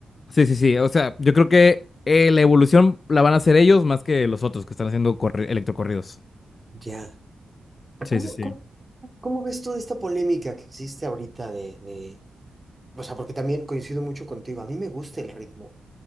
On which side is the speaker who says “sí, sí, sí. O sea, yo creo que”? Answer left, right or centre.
Left